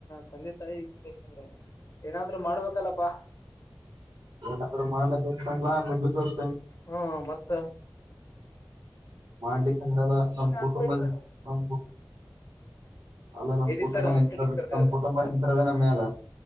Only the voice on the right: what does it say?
<unintelligible> ಮಿಡ್ಲ್ ಕ್ಲಾಸ್
ಮಾಡ್ಲಿಕ್ಕೆಂದಲ್ಲ ನಮ್
ಕುಟುಂಬ ನಮ್ ಕು ಅಲ್ಲ ನಮ್
ಕುಟುಂಬ
ನಿಂತ
ನಮ್ ಕುಟುಂಬ ನಿಂತದ ನಮ್ಮ ಮ್ಯಲ್ಲ